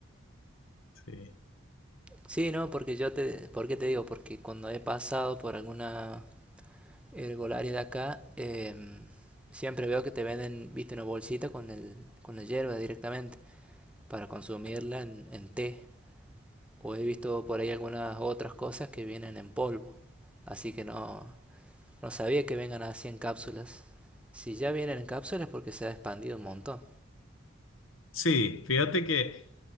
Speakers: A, on the left; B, in the centre.
A: Sí,
B: Sí, no, porque yo te, ¿por qué te digo? Porque cuando he pasado por alguna herbolaria de acá, em, siempre veo que te venden, viste, una bolsita con el, con la hierba directamente para consumirla en, en té o he visto por ahí algunas otras cosas que vienen en polvo. Así que no, no sabía que vengan así en cápsulas. Si ya vienen en cápsulas porque se ha expandido un montón.
A: sí, fíjate que,